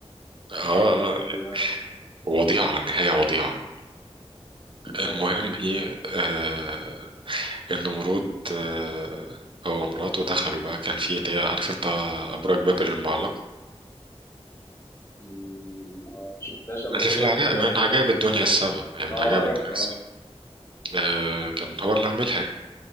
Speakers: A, on the right (about 50°); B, on the left (about 25°).
A: آه
B: الحاجات اللي كان
A: آه،
B: بيعمل
A: وضيعة نهاية وضيعة المهم
B: اه بصراحه
A: إيه آه النمرود آه هو ومراته دخلوا بقى كان في اللي هي عارف أنت أبراج بابل المعلقة
B: مم، ما شفتهاش قبل
A: اللي
B: كده
A: في العراق
B: بس
A: من عجائب الدنيا السبع يعني
B: اه
A: من عجائب
B: عارفها
A: الدنيا السبع
B: اه
A: آه، كان هو اللي عاملها